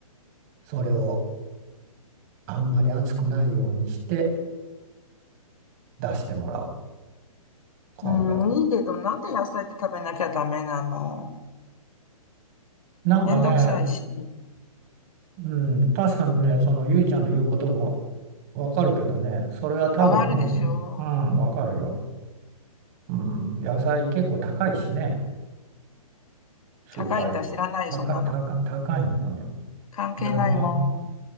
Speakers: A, on the right; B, on the left.
A: それをあんまり熱くないようにして出してもらおう今度
B: うん、いいけど、なんで野菜って食べなきゃダメなの
A: なんかね
B: めんどくさいし。
A: うん、確かにね、そのゆいちゃんの言うこともわかるけどね、それは多分、
B: わかるでしょ
A: うん、わかるよ。うん、野菜結構高いしね、スーパー、
B: 高いんだ、知らないよ、
A: 高い、
B: そんなの。
A: 高い、高いのよ。
B: 関係ないも
A: でもね、